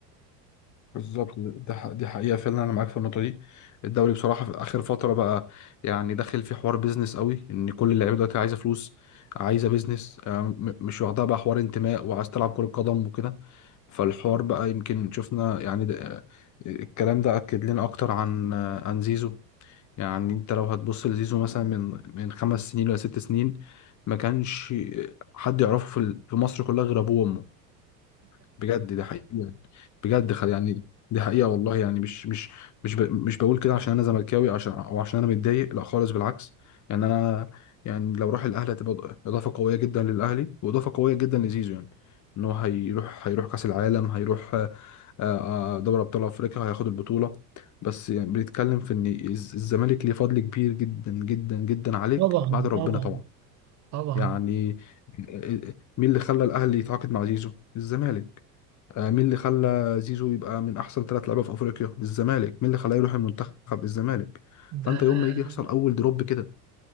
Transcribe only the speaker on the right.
<laughs> طبعا
طبعا
طبعا
ده